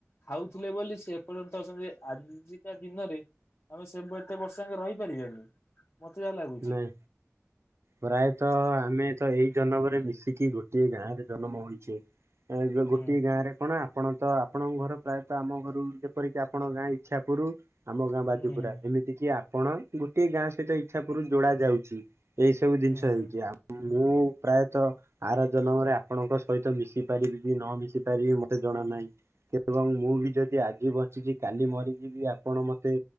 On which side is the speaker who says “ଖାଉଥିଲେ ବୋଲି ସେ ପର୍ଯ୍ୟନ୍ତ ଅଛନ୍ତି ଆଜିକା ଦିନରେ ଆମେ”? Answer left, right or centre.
Left